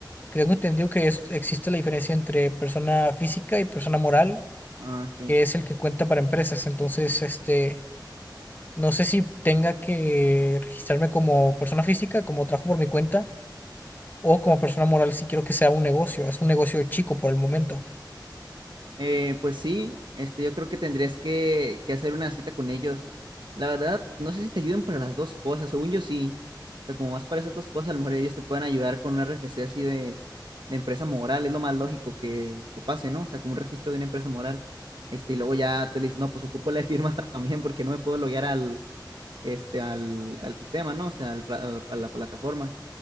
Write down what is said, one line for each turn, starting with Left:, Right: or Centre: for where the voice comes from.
Left: Creo Que Tengo entendido que es- existe la diferencia entre persona física y persona moral,
Right: Ah, sí.
Left: que es el que cuenta para empresas. Entonces, este, no sé si tenga que registrarme como persona física, como trabajo por mi cuenta, o como persona moral si quiero que sea un negocio. Es un negocio chico por el momento.
Right: Eh, pues sí, este, yo creo que tendrías que, que hacer una cita con ellos. La verdad, no sé si te ayuden para las dos cosas. Según yo sí. O sea, como más para esas dos cosas, a lo mejor ellos te pueden ayudar con un RFC así de, de empresa moral. Es lo más lógico que, que pase, ¿no? O sea, como un registro de una empresa moral. Este, y luego ya tú le dices, no, pues ocupo la firma <laughs> también porque no me puedo loguear al, este, al, al sistema, ¿no? O sea, al pla- a la a la plataforma.